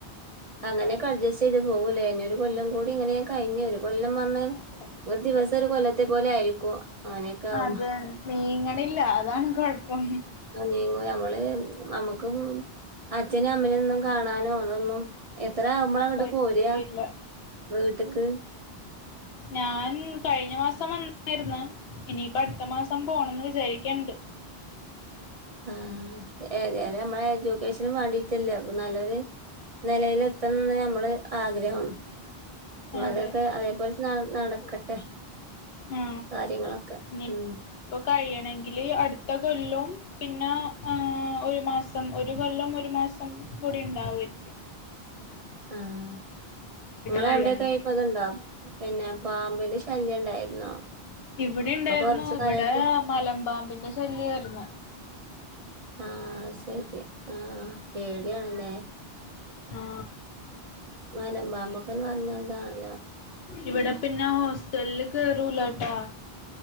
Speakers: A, on the right; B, on the left.
A: അങ്ങനെയൊക്കെ അഡ്ജെസ്റ്റ് ചെയ്ത് പോവൂലെനൊ ഒരു കൊല്ലം കൂടി ഇങ്ങനെ കഴിഞ്ഞ് വരും കൊല്ലം പറഞ്ഞ
B: അതെ
A: ഒരു ദിവസം ഒരു കൊല്ലത്തെ പോലെ ആയിരിക്കും അങ്ങനെയൊക്കെ ആകും
B: അതെ മീങ്ങ ഇല്ല അതാണ് കൊഴപ്പം
A: നീങ്ങുല നമ്മള് നമ്മുക്ക് അച്ഛനും അമ്മലൊന്നും കാണാനോ അതൊന്നും എത്ര ആവുമ്പോള അങ്ങോട്ട്
B: പറ്റുകയില്ല
A: പോരയാ വീട്ടക്ക്
B: ഞാന് കഴിഞ്ഞ മാസം വന്നായിരുന്നു ഇനിയിപ്പ അടുത്ത മാസം പോണംന്ന് വിചാരിക്കണ്ട്
A: ആഹ് ഏതാലേ നമ്മളെ എഡ്യൂക്കേഷനും വേണ്ടിട്ടല്ലേ അപ്പൊ നല്ലൊരു നെലെല്ൽത്തണംന്ന് നമ്മള് ആഗ്രഹം അപ്പ
B: അതെ
A: അതൊക്കെ അതേപോലെ നടക്കട്ടെ
B: ആ
A: കാര്യങ്ങളൊക്കെ
B: ഇനി
A: ഉ
B: ഇപ്പൊ കഴിയണമെങ്കില് അടുത്ത കൊല്ലം പിന്നെ ഒരു മാസം ഒരു കൊല്ലം ഒരു മാസം കൂടി ഉണ്ടാവുരിക്കും
A: ആഹ് നിങ്ങ
B: കഴിയണമെങ്കിൽ
A: എവിടെക്കെ ആയിപ്പ ഇതുണ്ടോ പിന്നെ പാമ്പിന്റെ ശല്യം ഉണ്ടായിരുന്നോ
B: ഇവിടെ ഉണ്ടായിരുന്നു
A: ഇപ്പൊ കൊറച്ചു
B: ഇവിടെ
A: കാലായിട്ട്
B: മലമ്പാമ്പിന്റെ ശല്യമായിരുന്നു
A: ആഹ് ശരി ആ പേടിയാണെല്ലെ
B: ആ
A: മലമ്പാമ്പൊക്കെന്ന് പറഞ്ഞ ഇതാണല്ലോ
B: ഇവിടെ പിന്നെ ഹോസ്റ്റലില് കേറൂലാട്ടാ